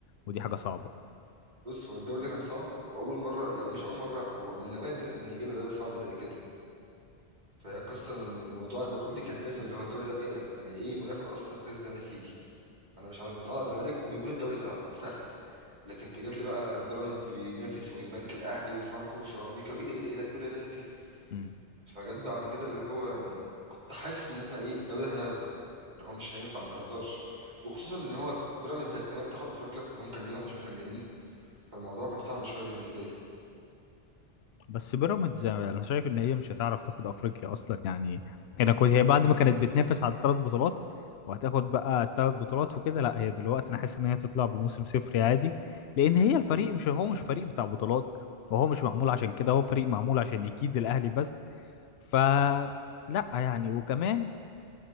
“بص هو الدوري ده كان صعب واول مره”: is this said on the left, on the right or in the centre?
Right